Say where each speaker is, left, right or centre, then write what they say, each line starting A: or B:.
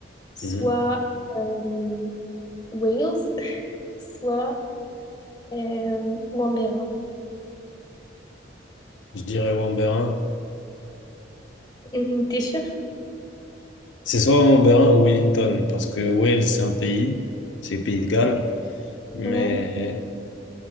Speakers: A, on the left; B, on the left.
A: soit
B: Mhm.
A: euh, Wales, <laughs> soit euh, Wambérin.
B: Je dirais Wamberin.
A: Mm, T'es sûr?
B: C'est soit Wamberin ou Wellington, parce que Wales, c'est un pays, c'est le pays de Galles. Mais
A: Ouais.